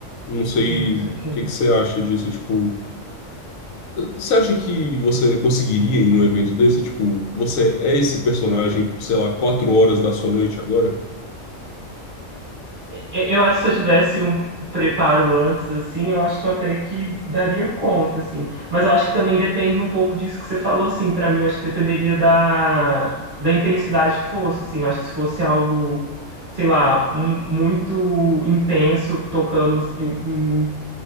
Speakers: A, on the left; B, on the right.
A: Não sei
B: Hum, isso
A: o
B: aqui.
A: que que você acha disso. Tipo, você acha que você conseguiria ir num evento desse? Tipo, você é esse personagem por, sei lá, quatro horas da sua noite agora?
B: Eu eu acho que se eu tivesse um preparo antes, assim, eu acho que eu até que daria conta, assim. Mas eu acho que também depende um pouco disso que você falou, assim. Pra mim, eu acho que dependeria da, da intensidade que fosse, assim. Eu acho que se fosse algo, sei lá, um- muito intenso, tocando em, em,